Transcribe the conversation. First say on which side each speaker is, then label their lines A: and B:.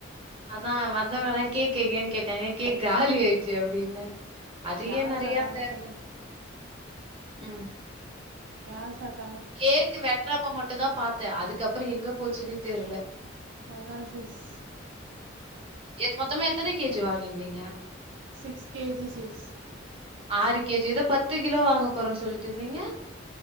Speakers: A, on the right; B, on the right.
A: அதா வந்தவங்களா கேக் எங்கன்னு கேட்டாங்க கேக் காலி ஆயிடுச்சு அப்படின்ன அது
B: யார்
A: ஏ நறையா
B: சாப்ட்டாங்கன்னு
A: அந்த
B: தெர்ல
A: ம்
B: யார் சாட்
A: கேக்கு வெட்றப்ப மட்டுமந்தா பாத்தே அதுக்கப்றோ எங்க போச்சுன்னே தெர்ல
B: அதா சிஸ்
A: எத் மொத்தமா எத்தன கேஜி வாங்கீர்ந்தீங்க
B: சிக்ஸ் கேஜி சிஸ்
A: ஆறு கேஜி எதோ பத்து கிலோ வாங்க போறேன்னு சொல்லிட்டு இருந்தீங்க